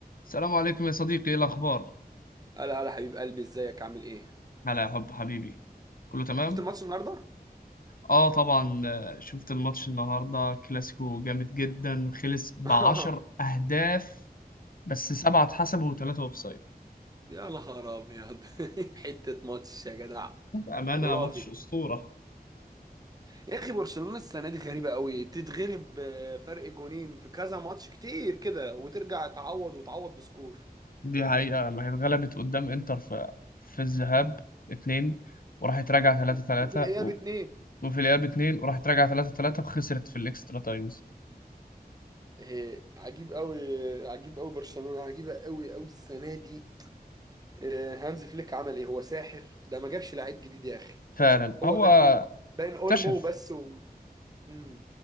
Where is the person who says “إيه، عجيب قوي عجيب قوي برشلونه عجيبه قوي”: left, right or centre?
Right